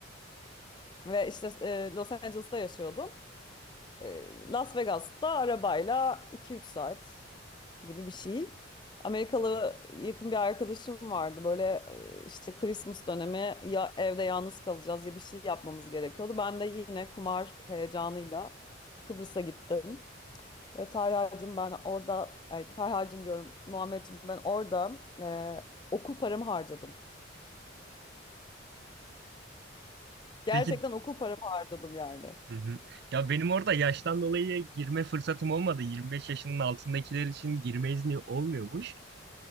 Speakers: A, on the left; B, on the right.
A: Ve işte e, Los Angeles'ta yaşıyordum. E, Las Vegas'ta arabayla iki üç saat gibi bir şey. Amerikalı yakın bir arkadaşım vardı. Böyle e, işte Christmas dönemi ya evde yalnız kalacağız ya bir şey yapmamız gerekiyordu. Ben de yine kumar heyecanıyla Kıbrıs'a gittim. Ve Talha'cığım ben orada, ay Talha'cığım diyorum Muhammed'cim ben orada e, okul paramı harcadım. Gerçekten
B: <laughs> Peki
A: okul paramı harcadım yani.
B: Hı hı. Ya benim orada yaştan dolayı girme fırsatım olmadı. 25 yaşının altındakiler için girme izni olmuyormuş.